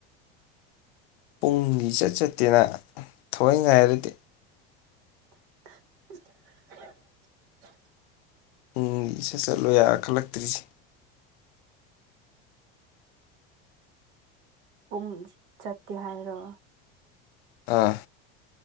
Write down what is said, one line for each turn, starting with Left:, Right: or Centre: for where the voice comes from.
Left: ꯄꯨꯡ ꯏꯆꯠ ꯆꯠꯇꯦꯗ ꯊꯑꯣꯏ ꯉꯥꯏꯔꯗꯤ
Right: <inaudible>
Left: ꯎꯝ ꯏꯆꯠ ꯆꯠꯂꯨ ꯌꯥ ꯈꯜꯂꯛꯇ꯭ꯔꯤꯖꯤ
Right: ꯄꯨꯡ ꯆꯠꯇꯦ ꯍꯥꯏꯔꯣ
Left: ꯑꯥ